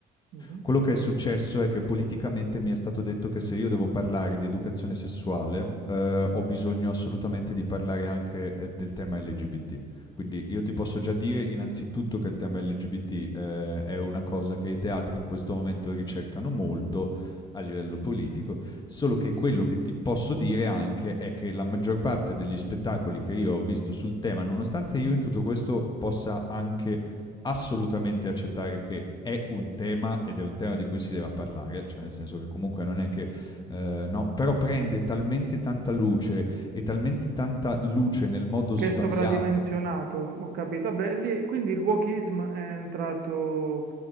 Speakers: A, on the right (about 70°); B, on the left (about 25°).
A: Mhm,
B: Quello che è successo è che politicamente mi è stato detto che se io devo parlare di educazione sessuale, eh,
A: mhm.
B: ho bisogno assolutamente di parlare anche eh, del tema LGBT. Quindi io ti posso già dire innanzitutto che il tema LGBT eh, è una cosa che i teatri in questo momento ricercano molto a livello politico, solo che quello che ti posso dire anche è che la maggior parte degli spettacoli che io ho visto sul tema, nonostante io in tutto questo possa anche assolutamente accettare che è un tema ed è un tema di cui si deve parlare, cioè nel senso che comunque non è che eh, no, però prende talmente tanta luce e talmente tanta luce nel modo sbagliato.
A: Che è sovradimensionato, ho capito. Vabbè, lì, quindi il wokism è entrato,